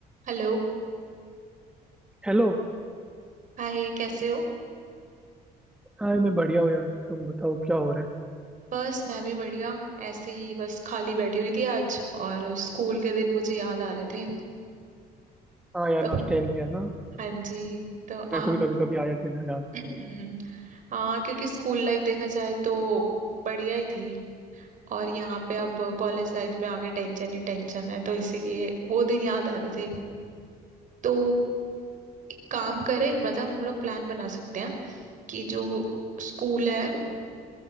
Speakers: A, on the right; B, in the centre.
A: Hello
B: Hello
A: Hi कैसे हो
B: Hi मैं बढ़िया हूँ यार तुम बताओ क्या हो रहा है
A: बस मैं भी बढ़िया ऐसे ही बस खाली बैठी हुई थी आज और स्कूल के दिन मुझे याद आ रहे थे
B: हाँ यार
A: तो
B: नॉस्टैल्जिया ना
A: हाँ जी तो
B: मेरे
A: आप
B: को भी कभी कभी आ जाती है ना जान
A: हम्म, हाँ क्योंकि स्कूल लाइफ देखा जाए तो बढ़िया ही थी और यहाँ पे अब कॉलेज लाइफ में आगे टेंशन ही टेंशन है तो इसीलिए वो दिन याद आ रहे थे तो एक काम करें मतलब हम लोग प्लान बना सकते हैं कि जो स्कूल है